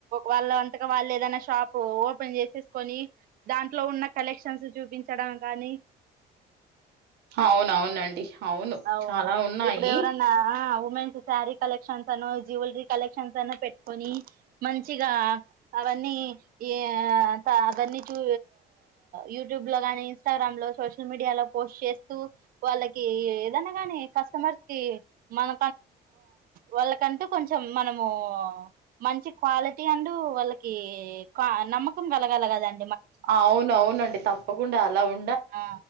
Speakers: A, on the right; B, on the right.
A: వాళ్ళ అంతక వాళ్ళు ఏదైనా షాప్ ఓపెన్ చేసేస్కొని దాంట్లో ఉన్న కలెక్షన్స్ చూపించడం కానీ
B: అవునవునండి. అవును
A: అవు
B: చాలా ఉన్నాయి
A: ఇప్పుడు ఎవరన్నా ఆ ఊ వుమెన్స్ స్యారీ కలెక్షన్ సను జ్యువలరీ కలెక్షన్ సను పెట్టుకొని మంచిగా అవన్నీ యా స అవన్ని చూ యూట్యూబ్ లో గాని ఇన్స్టాగ్రామ్ లో సోషల్ మీడియాలో పోస్ట్ చేస్తూ వాళ్ళకీ దనా గని కస్టమర్స్ కి మన వాళ్ళకంటూ కొంచెం మనము మంచి క్వాలిటీ అంటూ వాళ్ళకి క నమ్మకం కలగల కదాం
B: ఆ అవును అవునండి తప్పకుండా అలా ఉ
A: ఆ